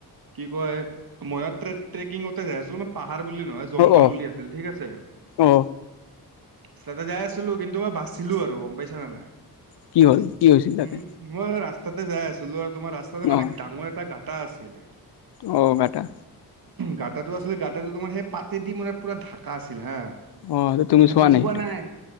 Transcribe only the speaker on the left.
অ
অ
কি হ'ল, কি হৈছিল তাতে।
অ
অ, গাটা।
অ তুমি
চোৱা
সেইটো